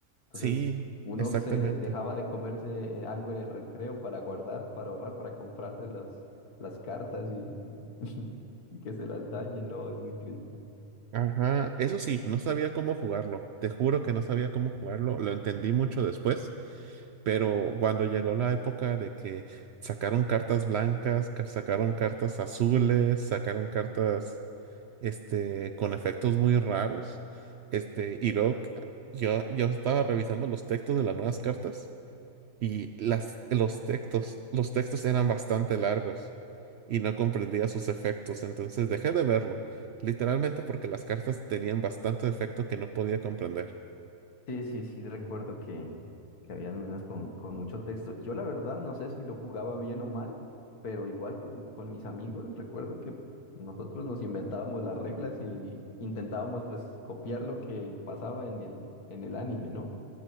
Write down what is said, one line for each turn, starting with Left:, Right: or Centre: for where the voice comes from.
Left: Entonces,
Right: sí,
Left: uno
Right: exactamente.
Left: se dejaba de comerse eh, algo en el recreo para guardar, para ahorrar, para comprarse las, las cartas y, <laughs> y que se las dañen. No, es muy triste.
Right: Ajá, eso sí, no sabía cómo jugarlo. Te juro que no sabía cómo jugarlo. Lo entendí mucho después, pero cuando llegó la época de que sacaron cartas blancas, ca- sacaron cartas azules, sacaron cartas, este, con efectos muy raros, este, y luego c- yo, yo estaba revisando los textos de las nuevas cartas Y las, los textos, los textos eran bastante largos y no comprendía sus efectos, entonces dejé de verlo, literalmente porque las cartas tenían bastante efecto que no podía comprender.
Left: Sí, sí, sí, recuerdo que, que habían unas con, con mucho texto. Yo la verdad no sé si lo jugaba bien o mal, pero igual con, con mis amigos recuerdo que nosotros nos inventábamos las reglas y intentábamos pues copiar lo que pasaba en el, en el anime, ¿no?